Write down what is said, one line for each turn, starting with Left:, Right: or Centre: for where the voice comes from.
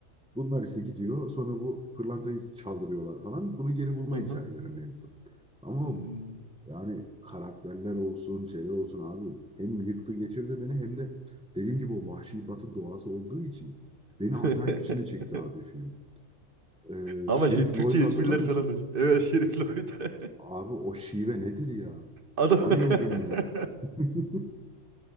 Centre: Bunlar ise gidiyor. Sonra bu pırlantayı çaldırıyorlar falan. Bunu geri bulma
Right: Aha.
Centre: hikayeleri mevzu. Ama
Right: Hmm.
Centre: yani karakterler olsun, şeyler olsun abi. Hem yıktı geçirdi beni hem de dediğim gibi o vahşi batı doğası olduğu için beni
Right: <laughs>
Centre: acayip içine çekti abi film. Ee,
Right: Ama
Centre: Şerif
Right: şey Türkçe
Centre: Lloyd'u
Right: espriler
Centre: hatırlar mısın?
Right: falan da. şey, Evet Şerif Lloyd. <laughs>
Centre: Abi o şive nedir ya?
Right: Adam
Centre: Bayıldım
Right: <laughs>
Centre: ya. <laughs>